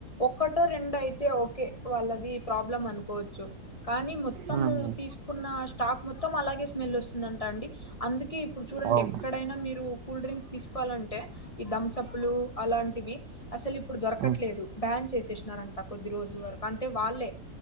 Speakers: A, on the left; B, on the right.
A: ఒక్కటో రెండో అయితే ఓకే వాళ్ళది ప్రాబ్లమ్ అనుకోవచ్చు కానీ మొత్తము
B: హ్మ్ హ్మ్
A: తీస్ కున్న స్టాక్ మొత్తం అలాగే స్మెల్ వస్తుందంట అండి అందుకే ఇప్పుడు చూడండి.
B: అవును
A: ఎక్కడైనా మీరు కూల్ డ్రింక్స్ తీసుకోవాలంటే ఈ ధమ్సప్లు అలాంటివి అసలు ఇప్పుడు దొరకట్లేదు
B: హ్మ్
A: బ్యాన్ చేసేసినారంట కొద్ది రోజుల వరకు అంటే వాళ్ళే